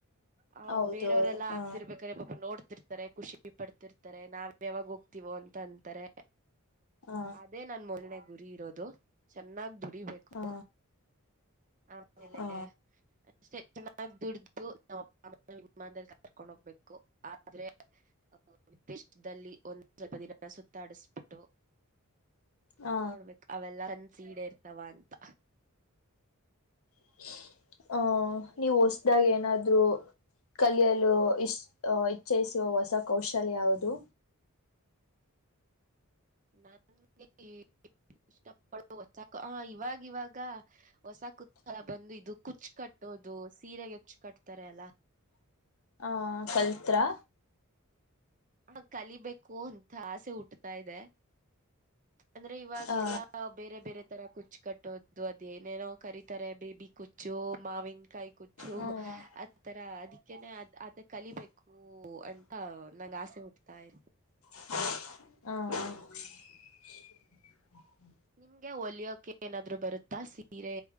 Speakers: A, on the right; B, on the left.
A: ಹ್
B: ಹೌದು
A: ಬೇರೆಯವರೆಲ್ಲಾ
B: ಹೌದು ಹಾ
A: ಆಗ್ತಿರ್ಬೇಕ ಆದ್ರೆ ಪಾಪ ನೋಡ್ತಿರ್ತಾರೆ ಖುಷಿ ಈ ಪಡ್ತಿರ್ತಾರೆ ನಾವ್ ಇನ್ನು ಯಾವಾಗ ಹೋಗ್ತಿವೋ ಅಂತ ಅಂತಾರೆ
B: ಹಾ
A: ಅದೇ ನನ್ ಮೊನ್ನೆದ್. ಗುರಿ ಇರೋದು ಚೆನ್ನಾಗ್ ಬಿಟ್ಟ <unintelligible> ಡಿಬೇಕು
B: ಹಾ
A: ಆಮೇಲೆ
B: ಹಾ
A: ಅಷ್ಟೇ ಚೆನ್ನಾಗ್. ದುಡ್ದು ನಮ್ ಅಪ್ಪ ಅಮ್ಮನ <unintelligible> ಮಾಡ್ದೆ ಕರ್ಕೊಂಡ ಹೋಗ್ಬೇಕು ಆದ್ರೆ ಅ ದೇಶದಲ್ಲಿ ಒಂದು ಸ್ವಲ್ಪ ದಿನ ಸುತ್ತಾಡಿಸ್ಬಿಟ್ಟು.
B: ಹಾ
A: ನೋಡ್ಬೇಕ ಅವೆಲ್ಲ ಸಿಡೆ ಇರ್ತಾವ ಅಂತ.
B: <unintelligible> ಹ
A: ನಿಮ್ದು
B: ನೀವು ಹೊಸ್ದಾಗ ಏನಾದ್ ಆದೂ ಕಲಿಯಲು ಇಷ್ಟ ಇಚ್ಛಿಸುವ ಹೊಸ ಕೌಶಲ್ಯ ಯಾವುದು.
A: ನನ್ಗೆ ಇಷ್ಟಪಡೋ ಹೊಸಕ ಹ ಇವಾಗ ಇವಾಗ ಹೊಸ ಕುತ್ ಬಂದು ಇದು ಕುಚ್ ಕಟ್ಟೋದು ಸೀರೆಗೆ ಕುಚ್ಚ ಕಟ್ತಾರೆ ಅಲ್ಲ
B: ಹಾ ಕಲ್ತ್ರಾ.
A: ಆ ಕಲಿಬೇಕು ಅಂತ ಆಸೆ ಹುಟ್ಟತಾ ಇದೆ ಅಂದ್ರೆ ಇವಾಗೆಲ್ಲಾ
B: ಆ
A: ಬೇರೆ ಬೇರೆ ತರ ಕು ಕಟ್ಟೋದು ಅದು ಏನೇನೋ ಕರೀತಾರೆ ಬೇಬಿ ಕುಚ್ಚ. ಜೋ ಮಾವಿನಕಾಯಿ. ಕುಚ್ಚು
B: ಹ್ಮ
A: ಅದ್ ತರ ಅದಿಕ್ಕೇನೆ ಅದ್ ಅದ ಕಲಿಬೇಕು ಅಂತಾ ನಂಗ್ ಆಸೆ. ಕೊಡ್ತಾಯ
B: ಹ್ಮ
A: ನಿಮ್ಗೆ ಹೊಲಿಯೋಕೆ ಏನಾದ್ರು ಬರುತ್ತಾ ಸೀರೆ